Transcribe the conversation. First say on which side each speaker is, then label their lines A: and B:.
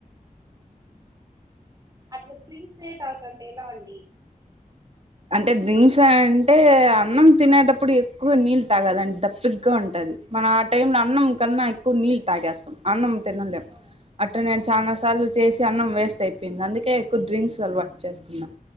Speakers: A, on the right; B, on the right.
A: అట్లా డ్రింక్స్ తాగుతంటే ఎలా అండి
B: అంటే డ్రింక్స్ అంటే అన్నం తినేటప్పుడు ఎక్కువ నీళ్ళు తాగాలి అంటే దప్పికగా ఉంటది మన ఆ టైం లో అన్నం కన్నా ఎక్కువ నీళ్లు తాగేస్తాం అన్నం తినలేము
A: ఆ
B: అట నేను
A: అవునా
B: చాలా సార్లు చేసి అన్నం వేస్ట్ అయిపోయింది అందుకే ఎక్కువ డ్రింక్స్ అలవాటు చేసుకున్నాం